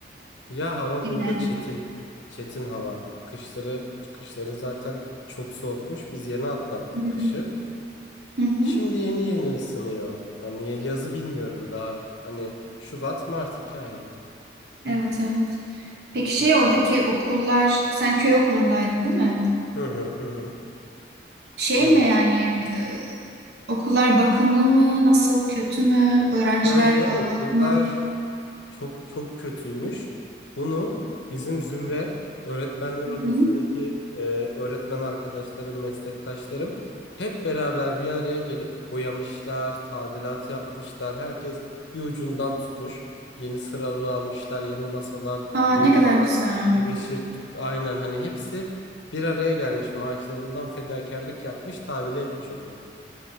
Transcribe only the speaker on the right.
Genel.
Hı hı.
Hı hı.
Evet evet. Peki şey
oradaki okullar sen köy okulundaydın değil mi?
Şey
mi yani e, okullar bakımlı mı? Nasıl kötü mü? Öğrenciler
kalabalık
mı?
Hı
hı.
Aa,
ne kadar güzel.